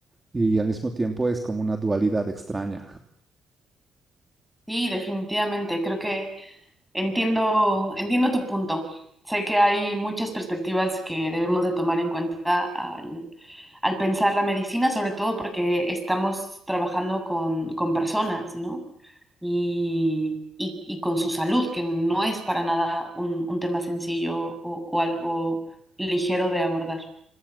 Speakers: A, on the right (about 15°); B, in the centre.
A: y al mismo tiempo es como una dualidad extraña.
B: Sí, definitivamente, creo que entiendo, entiendo tu punto. Sé que hay muchas perspectivas que debemos de tomar en cuenta al, al pensar la medicina, sobre todo porque estamos trabajando con, con personas, ¿no? y, y- y con su salud, que no es para nada un, un tema sencillo o, o algo ligero de abordar.